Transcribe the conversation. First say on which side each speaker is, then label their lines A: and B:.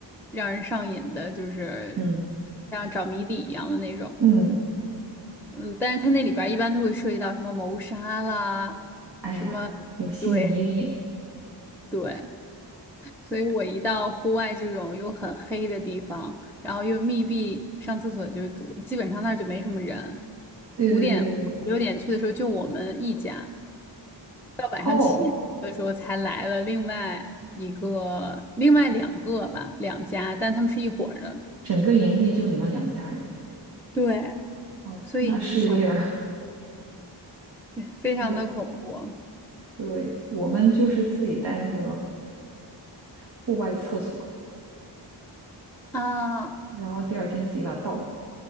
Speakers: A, in the centre; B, on the right.
A: 让人上瘾的，就是
B: 嗯
A: 像找谜底一样的那种。
B: 嗯，
A: 嗯，但是它那里边儿一般都会涉及到什么谋杀啦，
B: 哎呀，
A: 什么
B: 有心理阴影。
A: 对对，所以我一到户外这种又很黑的地方，然后又密闭，上厕所就是基本上那儿就没什么人。
B: 对对对对，
A: 五点五六点去的时候就我们一家。到晚上七点的时候才来了另外一个、
B: 哦，
A: 另外两个吧，两家，但他们是一伙儿的。
B: 整个营地就你们两家人。
A: 对，
B: 哦，
A: 所以你想，
B: 那是有点儿
A: 对非常的恐怖
B: <laughs> 人。对，我们就是自己带那个户外厕所，
A: 啊。
B: 然后第二天自己把它倒了。